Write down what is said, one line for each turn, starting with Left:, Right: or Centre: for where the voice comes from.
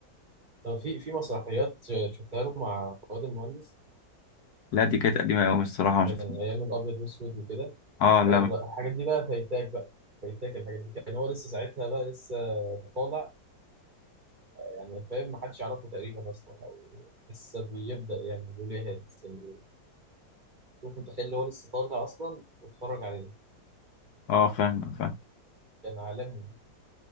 Right: طب في في مسرحيات ش- شفتها له مع فؤاد المهندس
Left: لا دي كانت قديمه قوي الصراحه ما
Right: كان
Left: شفتهاش
Right: ايام الابيض والاسود وكده
Left: اه لا
Right: لا لا، الحاجات دي بقى فايتاك بقى فايتاك الحاجات دي كان هو لسه ساعتها بقى لسه طالع يعني فاهم ما حدش يعرفه تقريبا اصلا او لسه بيبدا يعني بيقول ايه هاد لسه بيقول. شوف متخيل اللي هو لسه طالع اصلا واتفرج عليه
Left: اه فاهم فاهم
Right: كان عالمي